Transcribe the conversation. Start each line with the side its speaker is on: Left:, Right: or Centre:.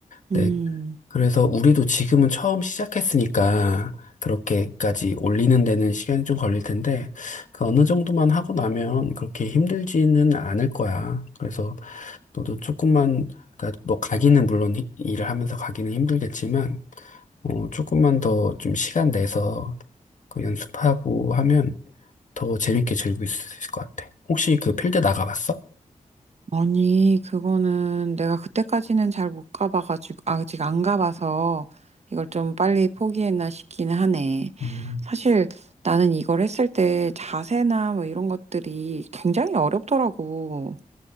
Right: 음.
Left: 네. 그래서 우리도 지금은 처음 시작했으니까 그렇게까지 올리는 데는 시간이 좀 걸릴 텐데 그 어느 정도만 하고 나면 그렇게 힘들지는 않을 거야. 그래서 너도 조금만, 그러니까 뭐 가기는 물론 히- 일을 하면서 가기는 힘들겠지만, 어, 조금만 더 좀 시간 내서 그 연습하고 하면 더 재밌게 즐길 수 있을 것 같아. 혹시 그 필드 나가봤어?
Right: 아니, 그거는 내가 그때까지는 잘 못 가봐가지고, 아, 아직 안 가봐서 이걸 좀 빨리 포기했나 싶긴 하네.
Left: 음,
Right: 사실 나는 이걸 했을 때 자세나 뭐 이런 것들이 굉장히 어렵더라고.